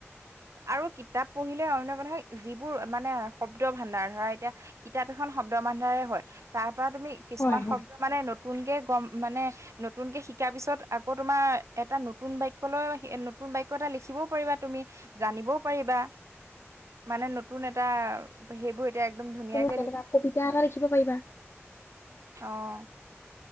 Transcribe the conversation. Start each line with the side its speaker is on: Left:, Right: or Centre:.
Right: আৰু কিতাপ পঢ়িলে অন্য কথা যিবোৰ মানে শব্দ ভাণ্ডাৰ ধৰা এতিয়া কিতাপ এখন শব্দ বান্ধাৰে হয়। তাৰ পৰা তুমি কিছুমান
Left: হয় হয়
Right: শব্দ মানে নতুনকে গম, মানে নতুনকে শিকাৰ পিছত আকৌ তোমাৰ এটা নতুন বাক্য লয় নতুন বাক্য এটা লিখিবও পাৰিবা তুমি, জানিবও পাৰিবা। মানে নতুন এটা, সেইবোৰ এতিয়া একদম ধুনীয়াকে
Left: তুমি কেনেকা
Right: লিখি।
Left: কবিতা এটা লিখিব পাৰিবা
Right: অহ'।